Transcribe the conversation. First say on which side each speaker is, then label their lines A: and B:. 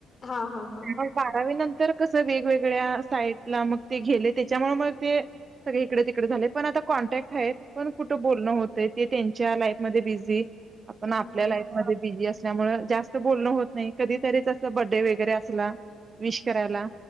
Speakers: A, on the left; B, on the right.
A: हां, हां, हां.
B: मग बारावी नंतर तर कसं वेगवेगळ्या साईटला मग ते गेले त्याच्यामुळे मग ते सगळे इकडे तिकडे झाले पण आता कॉन्टॅक्ट पण कुठं बोलणं होतंय ते त्यांच्या लाईफ मध्ये बिझी आपण
A: हं.
B: आपल्या लाईफ मध्ये बिझी अस मुळे जास्त बोलणं होत नाही कधीतरी अस बडडे वगैरे असला विश करायला